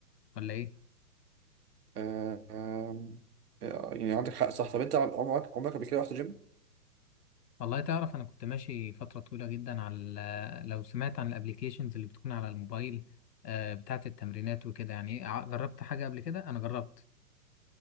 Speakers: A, on the left (about 75°); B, on the right (about 70°).
A: ولا ايه
B: آه، آم، آه، يعني عندك حق صح طب انت عمرك عمرك قبل كده رحت جيم
A: والله تعرف انا كنت ماشي فترة طويلة جدا على ال- لو سمعت عن الابليكيشنز اللي بتكون على الموبايل آه، بتاعت التمرينات وكده يعني إيه، ع- جربت حاجة قبل كده انا جربت